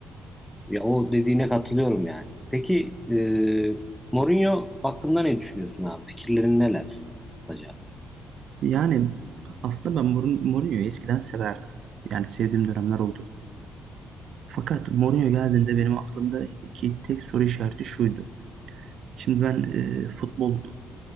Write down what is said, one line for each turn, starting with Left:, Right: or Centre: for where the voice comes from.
Centre: Ya o dediğine katılıyorum yani. Peki e, Mourinho hakkında ne düşünüyorsun abi? Fikirlerin neler kısaca?
Right: Yani aslında ben Mourin- Mourinho'yu eskiden severdim. Yani sevdiğim dönemler oldu. Fakat Mourinho geldiğinde benim aklımdaki tek soru işareti şuydu. Şimdi ben e, futbol